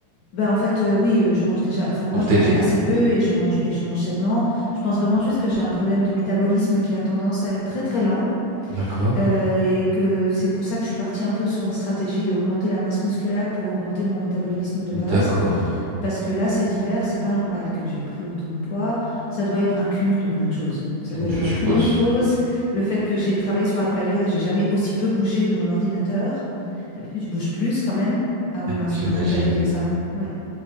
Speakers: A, on the left; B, on the right.
A: Ben, en fait, euh, oui, euh, je mange déjà, enfin, moi,
B: pour
A: je
B: t'aider.
A: mange assez peu et je mange, et je mange sainement. Je pense vraiment juste que j'ai un problème de métabolisme qui a tendance à être très, très lent.
B: D'accord.
A: euh, et que c'est pour ça que je suis partie un peu sur une stratégie d'augmenter la masse musculaire pour augmenter mon métabolisme de
B: D'accord.
A: base. Parce que là, cet hiver, c'est pas normal que j'ai pris autant de poids. Ça doit être un cumul de plein de choses. Ça doit
B: Je
A: être ma
B: suppose.
A: préménopause, le fait que j'ai travaillé sur Outlier et j'ai jamais aussi peu bougé de mon ordinateur. D'habitude, je bouge plus quand même. Ah oui, mince,
B: J'imagine.
A: j'aurais peut-être pas dû dire ça. Ouais.